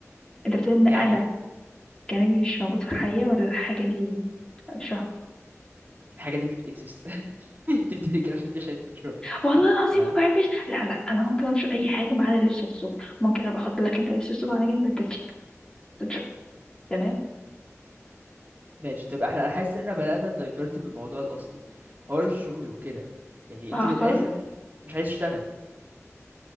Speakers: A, on the left; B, on the right.
A: أنت بتقول إن أنا
B: يعني
A: كلامي مش موجود في الحقيقة ولا الحاجة دي مش فاهمة
B: الحاجة دي مش بتكزيست <laughs> انت بتقولي كده عشان انت مش عايز تنشرها
A: والله العظيم
B: تمام
A: ما بحبش لا لا أنا ممكن أنشر أي حاجة ما عدا لبس الصبح ممكن أبقى أحط لك أنت لبس الصبح على جنب أنت تشيله تنشره تمام
B: ماشي طب احنا أنا حاسس ان احنا بدأنا ندايفرت من الموضوع الأصلي حوار الشغل وكده يعني
A: بأخر
B: انت من الآخر مش عايز تشتغلي